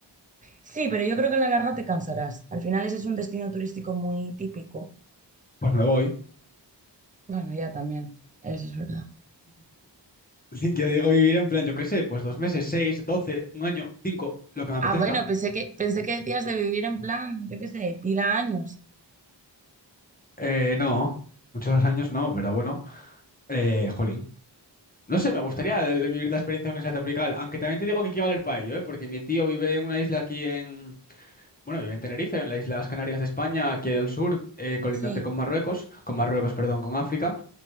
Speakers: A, on the right (about 20°); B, on the left (about 20°).
A: Sí, pero yo creo que a la larga te cansarás. Al final ese es un destino turístico muy típico.
B: Pues me voy.
A: Bueno, ya también, eso es verdad.
B: <laughs> Yo digo vivir en plan, yo qué sé, pues dos meses, seis, doce, un año, cinco, lo que me apetezca.
A: Ah, bueno, pensé que, pensé que decías de vivir en plan, yo qué sé, pila años.
B: Eh, no, muchos años no, pero bueno, eh, jolín. No sé, me gustaría el- vivir la experiencia de una isla tropical, aunque también te digo que hay que valer para ello, ¿eh? Porque mi tío vive en una isla aquí en, bueno, vive en Tenerife, en las Islas Canarias de España, aquí al sur, eh, colindante
A: Sí,
B: con Marruecos, con Marruecos, perdón, con África,